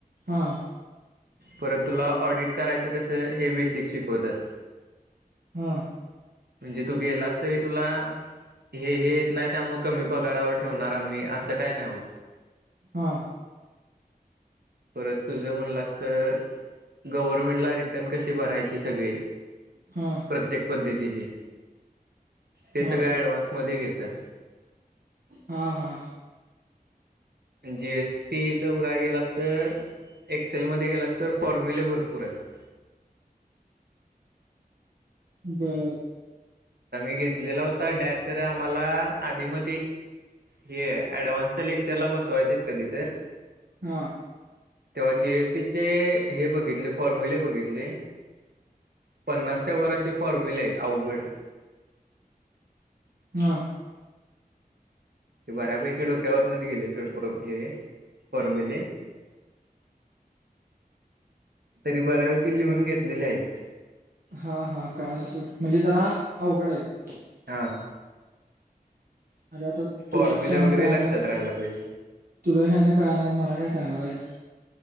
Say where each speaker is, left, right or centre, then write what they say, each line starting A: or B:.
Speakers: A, on the right; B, on the right.
A: हा
B: परत तुला ऑडिट करायचं कसं हे बेसिक शिकवतात
A: हम
B: म्हणजे तू गेलास तरी तुला हे हे येत नाही त्यामुळे कमी पगारावर ठेवणार आम्ही असं काय नाही होत
A: हा
B: परत तुझं म्हणलास तर गव्हर्मेंटला रिटर्न कसे भरायचे सगळे
A: हा
B: प्रत्येक पद्धतीचे ते
A: हा
B: सगळे ॲडव्हान्समध्ये घेतात
A: हा हा
B: जी एस टीचं बघा गेलास तर एक्सेलमध्ये गेलास तर फॉर्म्युले भरपूर आहेत
A: ब
B: आता मी घेतलेला होता डॅट ख आम्हाला आधी म हे ऍडव्हान्स लेक्चरला बसवायचे कधी तर
A: हा
B: तेव्हा जी एस टीचे हे बघितले फॉर्म्युले बघितले. पन्नासशच्या वर अशी फॉर्म्युले आहेत अवघड.
A: हा.
B: ते बऱ्यापैकी डोक्यावरच गेले सोड फॉर्म्यले. तरी बऱ्यापैकी लिहून घेतलेले आहेत.
A: हा हा काळाल सोड म्हणजे जरा अवघड आहेत
B: हां
A: अरे आता
B: फॉर्म्युला
A: तुला शहाने
B: वगैरे
A: का
B: लक्षात
A: नाही
B: राहायला पाहिजे.
A: तुला शहाने काय नाहीत मला काय कळणार आहेत